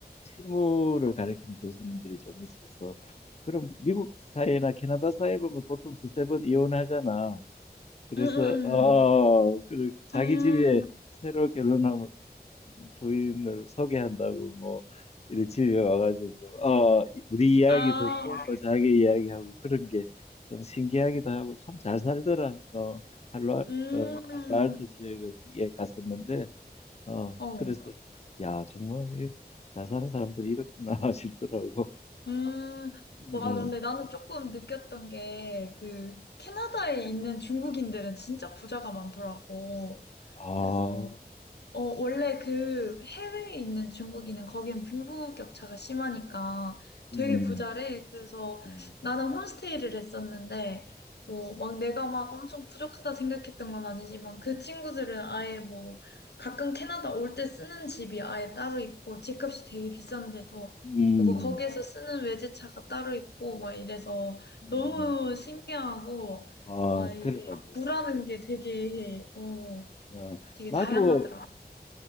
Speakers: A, on the left (about 40°); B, on the left (about 80°).
A: 실무를 가르치는 교수님들이 좀 있어서 그럼 미국 사회나 캐나다 사회 보면 보통 두세 번 이혼하잖아. 그래서
B: 음,
A: 어, 그 자기
B: 음.
A: 집에
B: 음.
A: 새로 결혼하면 부인을 소개한다고 뭐 이런 집에 와가지고 어 우리 이야기
B: 아.
A: 듣고 또 자기 이야기하고 그런 게 좀 신기하기도 하고 참 잘 살더라. 어 할로
B: 음.
A: 어 할로알토 지역에 갔었는데 어
B: 어.
A: 그래서 야 정말 이잘 사는 사람들이 이렇구나 <laughs> 싶더라고.
B: 음.
A: 음.
B: 맞아. 근데 나는 조금 느꼈던 게 그 캐나다에 있는 중국인들은 진짜 부자가 많더라고.
A: 아.
B: 그래서 어, 원래 그 해외에 있는 중국인은 거기는 빈부격차가 심하니까 되게
A: 음.
B: 부자래. 그래서
A: 음.
B: 나는 홈스테이를 했었는데, 뭐, 막 내가 막 엄청 부족하다 생각했던 건 아니지만 그 친구들은 아예 뭐 가끔 캐나다 올 때 쓰는 집이 아예 따로 있고 집값이 되게 비싼데도
A: 음.
B: 그리고 거기에서 쓰는 외제차가 따로 있고 막 이래서
A: 음.
B: 너무 신기하고
A: 아
B: 아 이게
A: 그래 말이야.
B: 부라는 게 되게 어
A: 어,
B: 되게
A: 나도
B: 다양하더라.